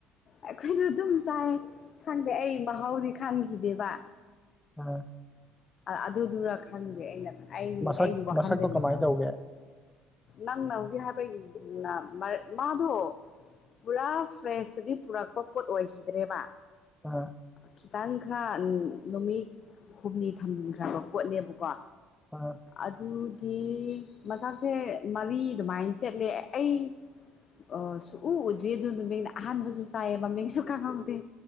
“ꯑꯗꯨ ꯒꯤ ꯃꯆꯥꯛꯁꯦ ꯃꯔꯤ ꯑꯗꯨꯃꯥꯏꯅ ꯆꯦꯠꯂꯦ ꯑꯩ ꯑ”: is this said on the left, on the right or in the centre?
Left